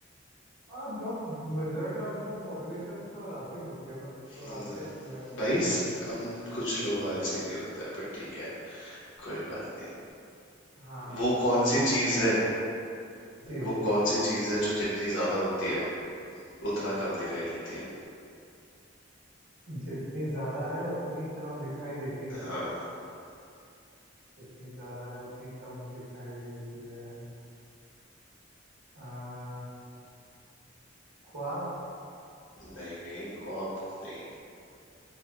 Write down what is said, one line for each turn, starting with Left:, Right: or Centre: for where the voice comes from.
Right: अब अब मेजोरिटी ऑफ द पॉपुलेशन तो रात को ही सोती है ना तो
Left: हम्म,
Right: रात का ही पकड़े हैं
Left: भाई स- हम कुछ लोग आलसी भी होते हैं पर ठीक है कोई बात नहीं
Right: हाँ हाँ
Left: वो
Right: हाँ
Left: कौन
Right: हाँ
Left: सी चीज है
Right: जी
Left: वो कौन सी चीज है जो जितनी ज्यादा होती है उतना कम दिखाई देती है
Right: जितनी ज्यादा है उतनी कम दिखाई देती है
Left: हाँ
Right: जितनी ज्यादा है उतनी कम दिखाई देती है आ, ख्वाब
Left: नहीं नहीं कॉप नहीं